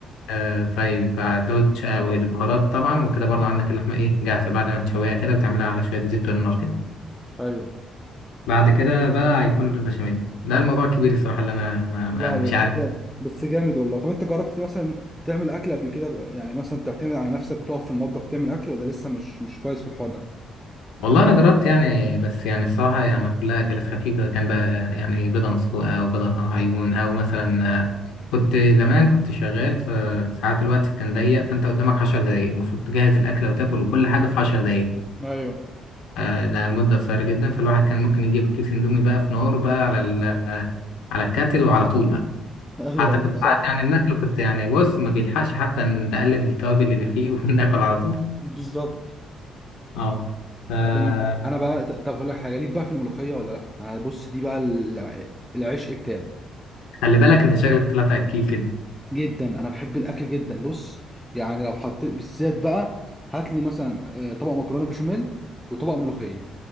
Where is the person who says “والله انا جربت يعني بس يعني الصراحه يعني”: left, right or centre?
Left